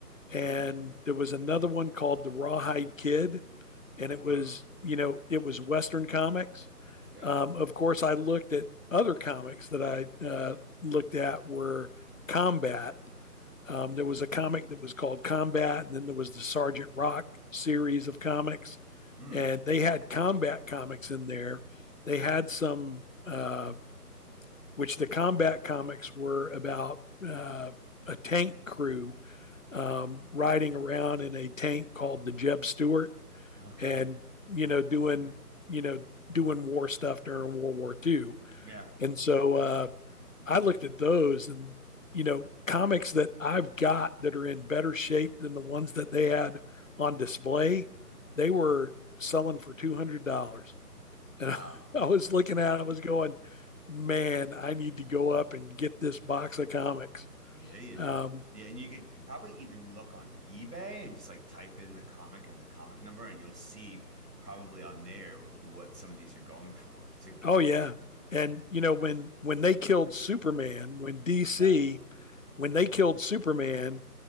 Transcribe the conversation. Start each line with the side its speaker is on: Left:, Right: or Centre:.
Left: and
Right: Hmm.
Left: there was another one called the Rawhide Kid, and it was
Right: Oh,
Left: you know it was Western comics.
Right: Yeah.
Left: Um, of course, I looked at other comics that I uh, looked at were Combat um, there was a comic that was called Combat, and then there was the Sergeant Rock series of comics,
Right: hmm.
Left: and they had combat comics in there. They had some, uh, which the combat comics were about uh, a tank crew um, riding around in a tank called the Jeb Stuart,
Right: Okay.
Left: and you know doing you know doing war stuff during World War Two,
Right: Yeah.
Left: And so uh, I looked at those and, you know, comics that I've got that are in better shape than the ones that they had on display, they were selling for $200. And
Right: Wow.
Left: <laughs> I was looking at it, I was going, man, I need to go up and get this box of comics.
Right: Yeah, you
Left: Um,
Right: do. Yeah, and you could probably even look on eBay and just like type in the comic and the comic number, and you'll see probably on there what some of these are going for. To, to
Left: oh, yeah. And, you know, when, when they killed Superman, when DC,
Right: yeah,
Left: when they killed Superman,